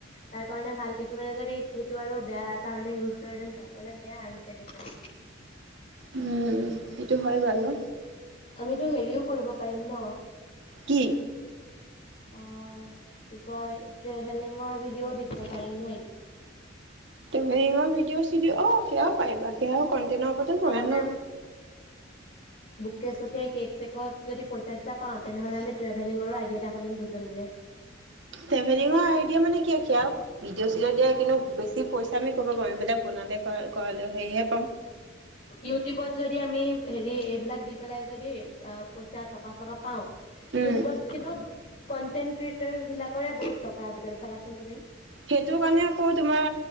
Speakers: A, on the left; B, on the right.
A: তাৰ কাৰণে ভাল। কিছুমানে যদি সেইটো আৰু বেয়া কাৰণে ইউজ কৰে দেন তাৰ কাৰণে বেয়া আৰু তেনেকে
B: উম সেইটো হয় বালো
A: আমিতো হেৰিও কৰিব পাৰিম ন
B: কি
A: <inaudible> কি কয় ট্ৰেভেলিঙৰ ভিডিঅ' দিব পাৰিম নহয়?
B: ট্ৰেভেলিঙৰ ভিডিঅ' চি দি অ সেয়াও পাৰিবা সেয়াও কণ্টেনৰ ওপতে পৰে
A: আগতে
B: ন
A: চুকে চুকে কেক চেকত যদি পইচা চইচা তেনেহ'লে আমি ট্ৰেভেলিঙৰো আইডিয় এটা খুলিম দুজনীৰে
B: ট্ৰেলিঙৰ আইডিয়া মানে কি ভিডিঅ' চিডিঅ দিয়া কিন্তু বেছি পইচা কৰিব পাৰোঁ এইবিলাক বাল কাল সেয়
A: ইউটিউবত যদি আমি হেৰি এইবিলাক দি পেলাই যদি অ পইচা টকা পাঁচ টকা পাও ইউটিউবত
B: উম
A: কিন্তু কণ্টেন্ট ক্ৰিয়েটৰ বিলাকৰে বহুত টকা আজিকাল চাবাচোন তুমি
B: সেইটো কাৰণে আকৌ তোমাৰ